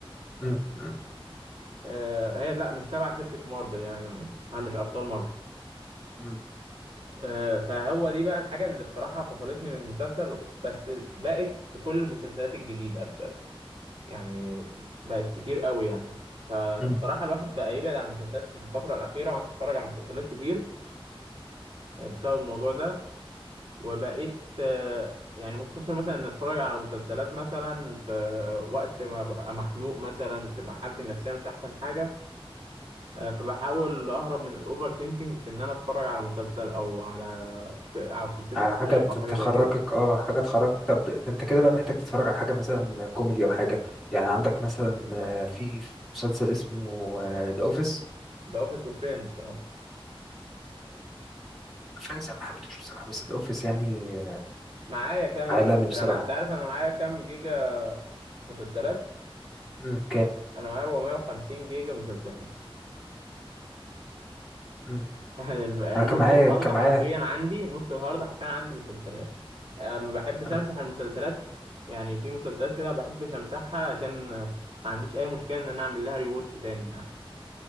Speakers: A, in the centre; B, on the right.
A: مم. مم.
B: آه هي لا مش تبع شركة مارفل يعني هل مش ابطال مارفل
A: مم.
B: آه فهو دي بقى الحاجة اللي بصراحة فصلتني من المسلسل بس بقت في كل المسلسلات الجديدة ب- يعني بقت كتير قوي يعني فبصراحة
A: مم.
B: الواحد بقى يبعد عن المسلسلات في الفترة الأخيرة وما عادش يتفرج على مسلسلات كتير آه، بسبب الموضوع ده وبقيت آه، يعني مقتصر مثلا ان اتفرج على مسلسلات مثلا في وقت ما ببقى مخنوق مثلا تبقى حالتي النفسيه مش احسن حاجه آه، فبحاول اهرب من الاوفر سينكينج في ان انا اتفرج على مسلسل او على في- او سلسله
A: على
B: افلام
A: حاجة ت-
B: او حاجه
A: تخرجك
B: زي كده
A: اه حاجة تخرجك طب ده انت كده بقى محتاج تتفرج على حاجة مثلا كوميدي او حاجة يعني عندك مثلا آه، في في مسلسل اسمه ذا اوفيس
B: ذا اوفيس وفريندز اه
A: فريندز انا ما حبيتهوش بصراحة بس ذا اوفيس يعني آه،
B: معايا كامل
A: عالمي
B: على فكره
A: بصراحة
B: انا انت عارف انا معايا كام جيجا مسلسلات
A: مم. كام
B: انا معايا 450 جيجا مسلسلات
A: مم.
B: <laughs> يعني النص
A: انا كان معايا
B: الهارد
A: كان
B: حرفيا
A: معايا
B: عندي نص الهارد حرفيا عندي مسلسلات آه، ما بحبش
A: انا
B: امسح المسلسلات يعني في مسلسلات كده ما بحبش امسحها عشان آه، ما عنديش اي مشكله ان انا اعمل لها ريواتش تاني يعني